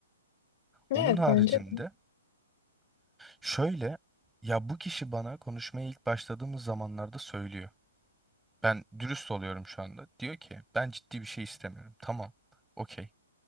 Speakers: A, on the left (about 45°); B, in the centre.
A: Evet
B: Onun haricinde
A: bence de.
B: Şöyle ya bu kişi bana konuşmaya ilk başladığımız zamanlarda söylüyor. Ben dürüst oluyorum şu anda. Diyor ki ben ciddi bir şey istemiyorum. Tamam. Okey.